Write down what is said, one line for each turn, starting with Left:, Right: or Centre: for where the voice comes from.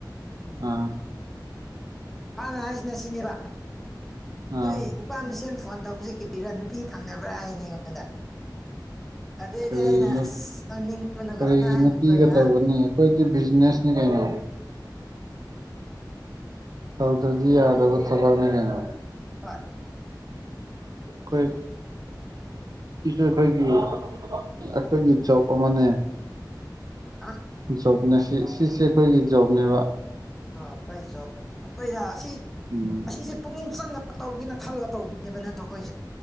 Right: ꯑꯥ
Centre: ꯃꯥꯅ ꯍꯥꯏꯁꯤꯅ ꯁꯤꯅꯦꯕ
Right: ꯑꯥ
Centre: ꯅꯣꯏ ꯅꯨꯄꯥ ꯃꯁꯦꯜ ꯐꯣꯟ ꯇꯧꯕꯁꯦ ꯀꯤꯔꯤꯔꯥ ꯅꯨꯄꯤ ꯐꯪꯗꯕ꯭ꯔꯥ ꯍꯥꯏꯅꯦ ꯑꯩꯉꯣꯟꯗ ꯑꯗꯨꯏꯗꯤ
Right: ꯀꯔꯤꯒꯤꯅꯣ
Centre: ꯑꯩꯅ ꯑꯁ ꯅꯧꯅꯤꯡꯕꯅꯀꯣ
Right: ꯀꯔꯤꯒꯤ
Centre: ꯑꯉꯥꯡꯈ
Right: ꯅꯨꯄꯤꯒ
Centre: ꯑꯣꯏꯅ
Right: ꯇꯧꯒꯅꯤ ꯑꯩꯈꯣꯏꯗꯤ ꯕꯤꯖꯤꯅꯦꯁꯅꯦ ꯀꯥꯏꯩꯅ ꯆꯧꯗꯔ ꯌꯥꯗ ꯊꯅꯦ ꯀꯩꯅ
Centre: ꯑ
Right: ꯑꯩꯈꯣꯏ ꯁꯤꯁꯨ ꯑꯩꯈꯣꯏꯒꯤ ꯑꯩꯈꯣꯏꯒꯤ ꯆꯞ ꯑꯃꯅꯦ
Centre: ꯍꯥ ꯑꯣ
Right: ꯖꯣꯕꯅꯦ ꯁꯤ ꯁꯤꯁꯦ ꯑꯩꯈꯣꯏꯒꯤ ꯖꯣꯕꯅꯦꯕ
Centre: ꯑ ꯑꯩꯈꯣꯏ ꯖꯣ ꯑꯩꯈꯣꯏꯅ ꯑꯁꯤ
Right: ꯎꯝ
Centre: ꯑꯁꯤꯁꯦ ꯄꯨꯛꯅꯤꯡ ꯆꯪꯉꯒ ꯇꯧꯕꯒꯤꯅ ꯈꯜꯂꯒ ꯇꯧꯕꯃꯤꯅꯦꯕ ꯅꯠꯇ꯭ꯔꯣ ꯑꯩꯈꯣꯏꯁꯦ